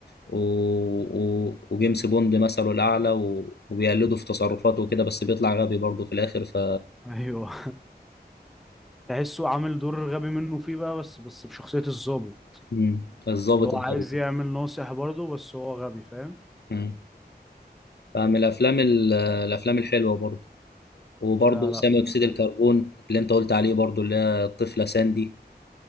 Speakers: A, on the left; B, in the centre.
A: و... و... وجيمس بوند مثله الأعلى و... وبيقلده في تصرفاته وكده بس بيطلع غبي برضه في الآخر ف
B: ايوه تحسه عامل دور غبي منه فيه بقى بس بس بشخصية الضابط
A: مم. فالظابط
B: اللي هو
A: الغبي
B: عايز يعمل ناصح برضه بس هو غبي فاهم
A: مم. فمن الأفلام ال... الأفلام الحلوة برضه وبرضه
B: لا لا
A: ثاني
B: فيلم
A: أكسيد
B: جامد
A: الكربون اللي أنت قلت عليه برضه اللي هي الطفلة ساندي